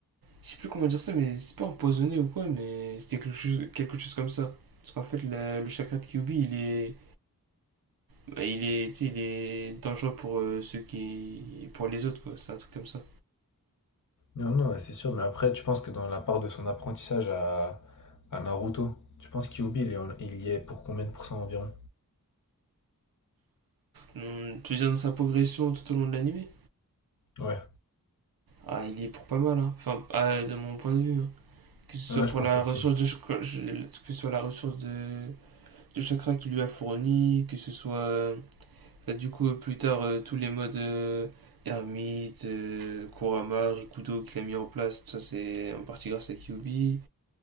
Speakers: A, on the right; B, on the left.
A: Je sais plus comment dire ça, mais c'est pas empoisonné ou quoi, mais c'était quelque chose, quelque chose comme ça. Parce qu'en fait, la- le chakra de Kyuubi, il est, bah, il est, tu sais, il est dangereux pour euh, ceux qui, pour les autres, quoi. C'est un truc comme ça.
B: Non, non, ouais, c'est sûr, mais après, tu penses que dans la part de son apprentissage à, à Naruto, tu penses que Kyubi, il est en- il y est pour combien de pourcents environ?
A: Hmm, tu veux dire dans sa progression tout au long de l'animé
B: Ouais.
A: Ah, il y est pour pas mal, hein. Enfin, ah, de mon point de vue. hein. Que ce soit
B: Ouais, je
A: pour
B: pense
A: la
B: aussi.
A: ressource de, ch- que ce soit la ressource de, de chakra qu'il lui a fourni, que ce soit euh, bah, du coup plus tard euh, tous les modes euh, ermite, euh, Kurama, Rikudo qu'il a mis en place, tout ça c'est en partie grâce à Kyubi.